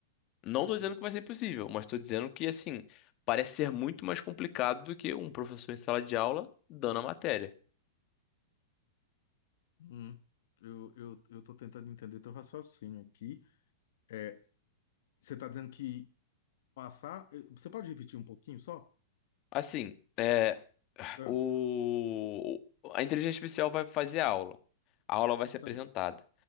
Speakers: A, on the left; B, on the left.
A: Não
B: perfeito.
A: estou dizendo que vai ser impossível, mas estou dizendo que assim, parece ser muito mais complicado do que um professor em sala de aula dando a matéria.
B: Hum, eu, eu, eu tô tentando entender teu raciocínio aqui. É, Você está dizendo que passar. eh, Você pode repetir um pouquinho só?
A: Assim, é,
B: Ah,
A: o, a inteligência artificial vai fazer a aula. A aula vai ser
B: certo,
A: apresentada.